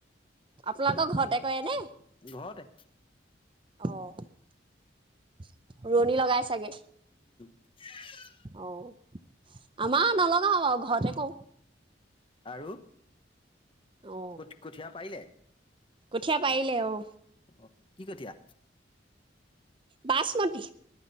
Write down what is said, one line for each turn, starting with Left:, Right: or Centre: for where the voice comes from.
Right: আপোনালোকৰ ঘৰতে কৰে নে?
Left: ঘৰতে।
Right: অ, ' ৰোৱণী লগাই চাগে,
Left: <unintelligible>
Right: অ', আমাৰ নলগা আও ঘৰতে কওঁ।
Left: আৰু
Right: অ
Left: ক-কঠীয়া পাৰিলে।
Right: কঠীয়া পাৰিলে অঔ।
Left: অ কি কঠিয়া?
Right: বাসমতী।